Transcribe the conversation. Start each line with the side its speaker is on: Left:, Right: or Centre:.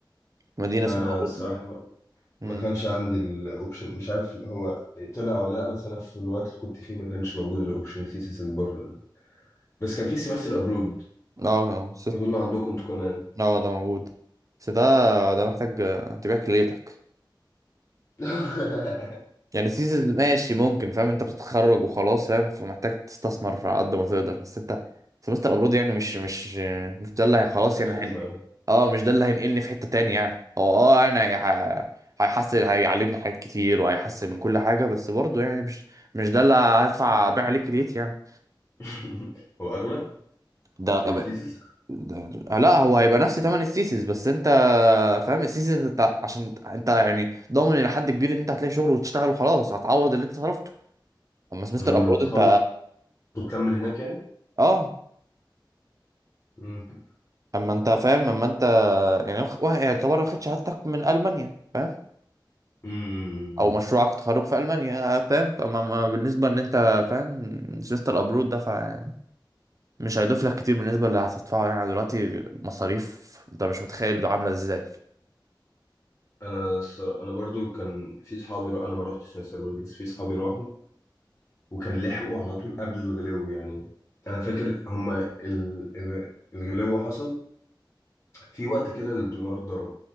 Right: مدينة
Left: لا
Right: اسمها
Left: انا
Right: أولم
Left: الصراحة
Right: امم
Left: ما كانش عندي الاوبشن مش عارف هو طلع ولا لا بس انا في الوقت اللي كنت فيه ما كانش موجود الاوبشن الثيسيس اللي بره ده بس كان في سيمستر ابرود
Right: اه
Left: اظن عندكم انتوا كمان
Right: اه ده موجود بس ده ده
Left: مم.
Right: محتاج آه، تبيع كليتك
Left: <laughs>
Right: يعني سيزون ماشي ممكن فاهم انت بتتخرج وخلاص فاهم فمحتاج تستثمر على قد ما تقدر بس انت سمستر ابرود يعني مش مش مش ده اللي هي- خلاص
Left: ملهاش
Right: يعني
Left: لازمه
Right: هن...
Left: قوي
Right: اه مش ده اللي هينقلني في حتة تاني يعني هو اه انا هي- هيحسن هيعلمني حاجات كتير وهيحسن من كل حاجة بس برضه يعني مش مش ده اللي هدفع بيع عليه كليتي يعني
Left: <laughs> هو اغلى
Right: ده
Left: من الثيسيس
Right: ده آه، لا هو هيبقى نفس تمن السيسيس بس انت فاهم السيزون انت عشان انت يعني ضامن الى حد كبير ان انت هتلاقي شغل وتشتغل وخلاص هتعوض اللي انت صرفته اما سمستر
Left: امم
Right: ابرود
Left: تخلص
Right: انت
Left: وتكمل هناك يعني
Right: اه
Left: امم
Right: اما انت فاهم اما انت يعني واخ- واخ- يعني يعتبر واخد شهادتك من المانيا فاهم
Left: امم
Right: او مشروعك تخرج في المانيا آه، فاهم اما أما بالنسبه ان انت فاهم سمستر ابرود ده فمش هيضيف لك كتير بالنسبه اللي هتدفعه يعني دلوقتي مصاريف انت مش متخيل عامله ازاي
Left: انا الصرا- انا برضو كان في صحابي را... انا ما رحتش سيمستر ابرود بس في صحابي راحوا وكان لحقوا على طول قبل الغلو يعني انا فاكر هما ال... ال- الغلو حصل في وقت كده الدولار ضرب